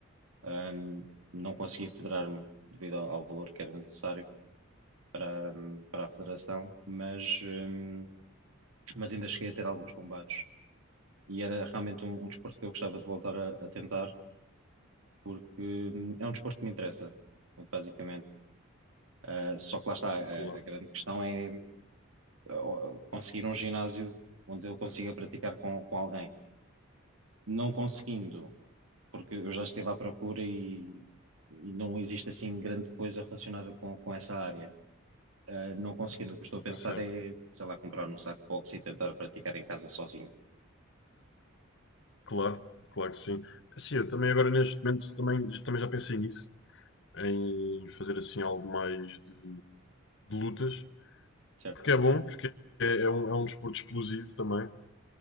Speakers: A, on the right; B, on the left.
A: Ahm, não consegui federar-me devido ao ao valor que era necessário para, para a federação, mas, hum, mas ainda cheguei a ter alguns combates. E era realmente um, um desporto que eu gostava de voltar a, a tentar, porque hum, é um desporto que me interessa, basicamente. Ah, só que lá está, a,
B: claro,
A: a grande questão é ah, conseguir um ginásio onde eu consiga praticar com, com alguém. Não conseguindo, porque eu já estive à procura e, e não existe assim grande coisa relacionada com, com essa área. Uh, não conseguindo, o que eu estou a pensar
B: certo,
A: é, sei lá, comprar um saco de boxe e tentar praticar em casa sozinho,
B: claro, claro que sim. Assim, eu também agora neste momento também, também já pensei nisso, em fazer assim algo mais de, de lutas,
A: certo?
B: porque é bom, porque é, é um, é um desporto explosivo também,